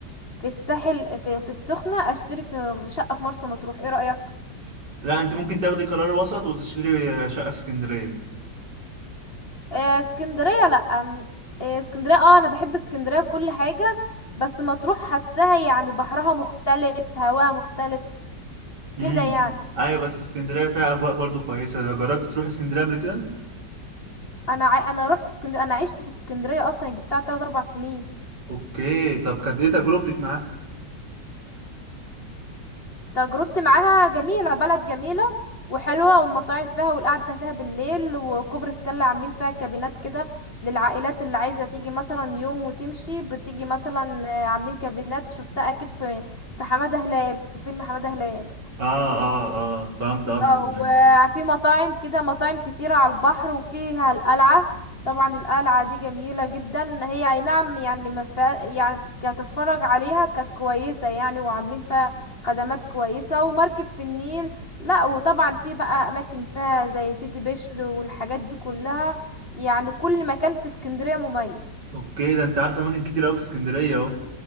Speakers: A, on the left; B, on the right.
A: في الساحل في, في السخنة اشتري في في شقة في مرسى مطروح ايه رأيك
B: لا انت ممكن تاخدي قرار وسط وتشتري شقة في اسكندرية
A: آه، اسكندريه لا آم، آه، اسكندريه اه انا بحب اسكندريه بكل حاجه بس مطروح حاساها يعني بحرها مختلف هواها مختلف
B: امم
A: كده يعني
B: ايوه بس اسكندرية فيها اجواء برضو كويسة جربت تروح اسكندرية قبل كده
A: انا ع... انا رحت اسكندريه انا عشت في اسكندريه اصلا يعني جبتها 3 4 سنين
B: اوكي طب كانت ايه تجربتك معاها
A: تجربتي معاها جميله بلد جميله وحلوه والمطاعم فيها والقعده فيها بالليل وكوبري ستانلي عاملين فيها كابينات كده للعائلات اللي عايزه تيجي مثلا يوم وتمشي بتيجي مثلا آه، عاملين كابينات شفتها اكيد في في حماده هلال في فيلم حماده هلال
B: اه اه اه فهمت قصدك
A: او
B: ايوه
A: آه، في مطاعم كده مطاعم كتيرة على البحر وفيها القلعة طبعا القلعة دي جميلة جدا هي اي نعم يعني ما فيها يعني كتتفرج عليها كانت كويسة يعني وعاملين فيها خدمات كويسة ومركب في النيل لا وطبعا في بقى اماكن فيها زي سيدي بشر والحاجات دي كلها يعني كل مكان في اسكندرية مميز
B: اوكي ده انت عارفة اماكن كتير قوي في اسكندرية اهو